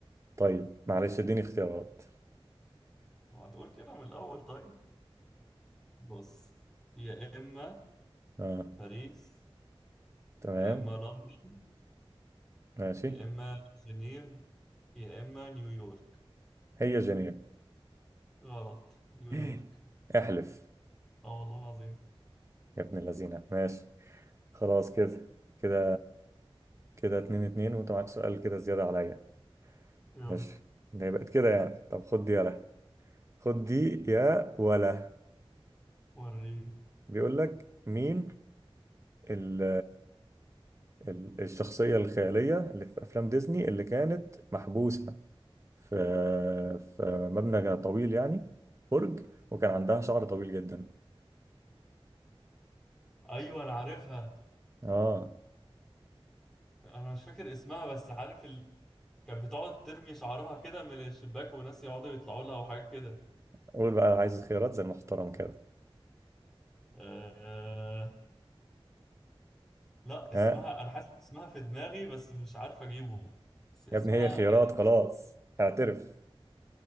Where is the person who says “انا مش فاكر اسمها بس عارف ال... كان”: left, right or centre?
Centre